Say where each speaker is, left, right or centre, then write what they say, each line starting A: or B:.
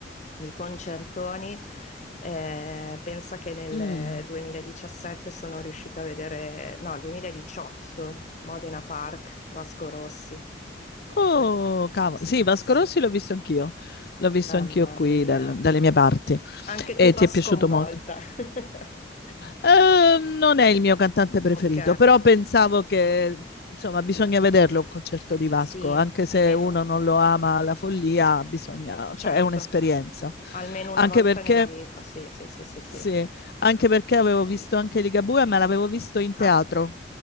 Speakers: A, on the left; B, on the left.
A: di concertoni, eh, pensa che nel
B: Mm.
A: 2017 sono riuscita a vedere, no, 2018, Modena Park, Vasco Rossi.
B: Oh,
A: Que-
B: cavolo.
A: s-
B: Sì, Vasco
A: sì,
B: Rossi l'ho visto anch'io. L'ho visto
A: mamma
B: anch'io qui
A: mia.
B: dal- dalle mie parti.
A: Anche
B: E
A: tu va
B: ti è
A: sconvolta.
B: piaciuto molto.
A: <laughs>
B: Eh, non è il mio cantante preferito,
A: Ok,
B: però pensavo che, insomma, bisogna vederlo un concerto di Vasco,
A: sì,
B: anche
A: almeno,
B: se uno non lo ama alla follia, bisogna,
A: certo,
B: cioè è un'esperienza.
A: almeno una
B: Anche
A: volta
B: perché,
A: nella vita, sì, sì, sì, sì, sì.
B: sì, anche perché avevo visto anche Ligabue, ma l'avevo visto in teatro,
A: Ah.